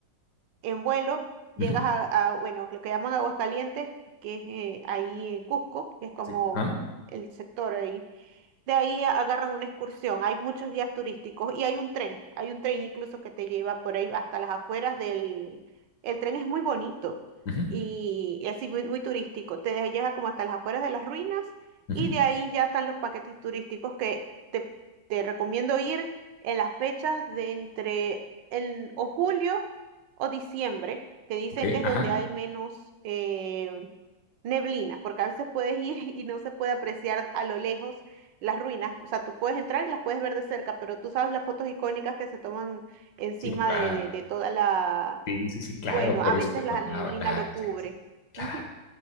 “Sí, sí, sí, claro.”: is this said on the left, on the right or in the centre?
Left